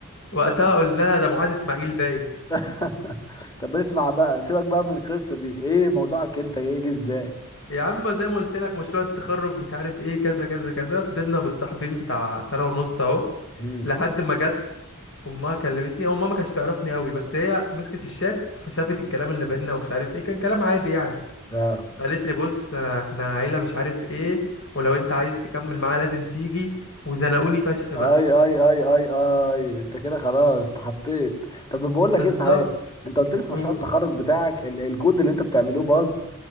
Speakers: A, on the left; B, on the left.
A: وقتها قلنا لها ده معاذ اسماعيل باين
B: <laughs> طب اسمع بقى سيبك بقى من القصه دي ايه موضوعك انت ايه جه ازاي
A: يا عم زي ما قلت لك مشروع التخرج مش عارف ايه كذا كذا كذا فضلنا متصاحبين بتاع سنه ونص اهو
B: امم
A: لحد ما جت امها كلمتني او امها ما كانتش تعرفني قوي بس هي مسكت الشات فشافت الكلام اللي بينا ومش عارف ايه كان كلام عادي يعني
B: اه
A: قالت لي بص آه، احنا عيله مش عارف ايه ولو انت عايز تكمل معايا لازم تيجي وزنقوني فشخ بقى
B: اي اي اي اي اي انت كده خلاص اتحطيت طب بقول
A: بالظبط
B: لك ايه صحيح انت قلت لي في
A: قول
B: مشروع التخرج بتاعك ال- الكود اللي انت بتعملوه باظ